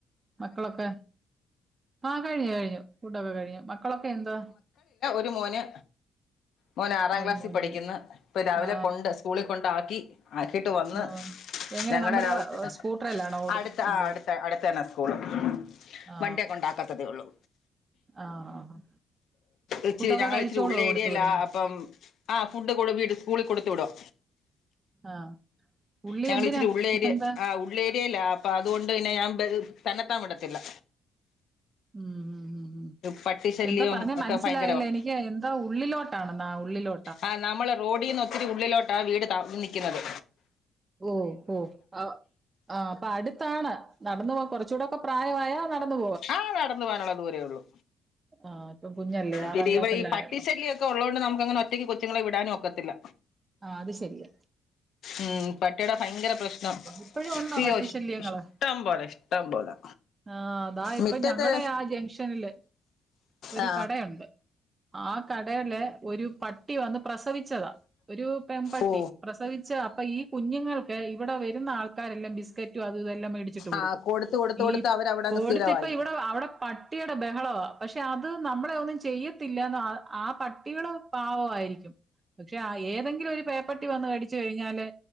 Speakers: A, on the right (about 30°); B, on the left (about 70°).
A: മക്കളൊക്കെ ആഹ് കഴിഞ്ഞു കഴിഞ്ഞു ഫുഡൊ കഴിഞ്ഞ് മക്കളൊക്കെ എന്താ
B: ഒരു മോന് മോന് ആറാം
A: ആ
B: ക്ലാസ്സിൽ
A: ഒരു മോനേ
B: പഠിക്കുന്ന്
A: ഉള്ളൂ
B: ഇപ്പൊ രാവിലെ
A: ആ
B: കൊണ്ട് സ്കൂളിൽ കൊണ്ടാക്കി ആക്കിട്ട് വന്ന്
A: ഓ എങ്ങനെ
B: ഞങ്ങടെ
A: നമ്മുടെ
B: രാവിലത്തെ
A: സ്കൂട്ടറിലാണോ കൊടു
B: അടുത്ത്
A: കൊണ്ട്
B: ആ അടുത്ത് അടുത്താണ് സ്കൂള് ഉം
A: ആ
B: വണ്ടിയൊക്കെ ഉണ്ടാക്കാത്തതേ ഉള്ളൂ
A: ആ ആ.
B: ഇച്ചിരി
A: ഫുഡൊക്കെ
B: ഞങ്ങൾ
A: കഴിച്ചോളോ
B: ഇച്ചിരി ഉള്ള്
A: കൊടുത്തു
B: ഏരിയ ല്ല
A: വിടുന്നെ
B: അപ്പം ആ ഫുഡ് കൊടുത്ത് സ്കൂളിൽ കൊടുത്തു വിടും
A: ആഹ് പുള്ളി
B: ഞങ്ങള്
A: എന്തിനാ
B: ഇച്ചിരി ഉള്ളയേരി
A: എന്താ
B: ആ ഉള്ളയേരി. ല്ലേല അപ്പൊ അതുകൊണ്ട് പിന്നെ ഞാൻ തന്നെത്താൻ വിടത്തില്ല.
A: മ് മ്
B: പട്ടി ശല്യവും
A: എന്താ പറഞ്ഞേ
B: ഒക്കെ
A: മനസ്സിലായില്ല
B: ഭയങ്കരവാ
A: എനിക്ക് എന്താ ഉള്ളിലോട്ടണന്നോ ഉള്ളിലോ
B: ആഹ് നമ്മള് റോഡിന്ന് ഒത്തിരി ഉള്ളിലോട്ടാ വീട് ത <unintelligible> നിൽക്കുന്നത്
A: ഓ ഓ ആ അപ്പൊ അടുത്താ അ നടന്നുപോകാൻ കൊറച്ചുക്കൂടെ ഒക്കെ പ്രായവായാൽ നടന്നുപോ
B: ആഹ് നടന്ന പോകാനുള്ളത് ദൂരേ ഉള്ളു
A: ആഹ് ഇപ്പം കുഞ്ഞല്ലേ ആറാം
B: പിന്നെ
A: ക്ലാസ്സല്ലേ
B: ഈവഴി ഈ പട്ടിശല്യയൊക്കെ
A: ആയുള്ളൂ
B: ഉള്ളോണ്ട് നമുക്ക് അങ്ങനെ ഒറ്റക്ക് കൊച്ചുങ്ങളെ വിടാനും ഒക്കത്തില്ല
A: ആഹ് അത് സരിയാ
B: ഉം പട്ടിയുടെ ഭയങ്കര പ്രശ്നം
A: ഇപ്പഴും ഉണ്ടോ
B: അയ്യോ
A: പട്ടിശല്യങ്ങള്
B: ഇഷ് ഇഷ്ടം പോലെ
A: ആഹ് അതാ
B: മിറ്റത്ത്
A: ഇപ്പൊ ഞങ്ങടെ ആ ജംഗ്ഷനില് ഒരു
B: ആ
A: കടയുണ്ട് ആ കടയിലെ ഒരു പട്ടി വന്ന് പ്രസവിച്ചതാ ഒരു പെൺപട്ടി
B: ഓ
A: പ്രസവിച്ച അപ്പൊ ഈ കുഞ്ഞുങ്ങൾക്ക് ഇവിടെ വരുന്ന ആൾ ക്കാരെല്ലാം ബിസ്ക്കറ്റും അതുയിതുയെല്ലാം മേടിച്ചിട്ട് കൊടുക്കും
B: ആ കൊടുത്ത് കൊടുത്ത്
A: ഈ
B: കൊടുത്ത് അവരവിടങ്ങ്
A: കോടുത്തിപ്പോ
B: സ്ഥിരവായി
A: ഇവിടെ അവിടെ പട്ടി <unintelligible> ബഹളവാ പക്ഷെ അത് നമ്മളെ ഒന്നും ചെയ്യത്തില്ല ന്ന് ആ പട്ടികള് പാവയിരിക്കും പക്ഷെ ഏതെങ്കിലും ഒരു പേപ്പട്ടി വന്ന് കടിച്ചു കഴിഞ്ഞാല്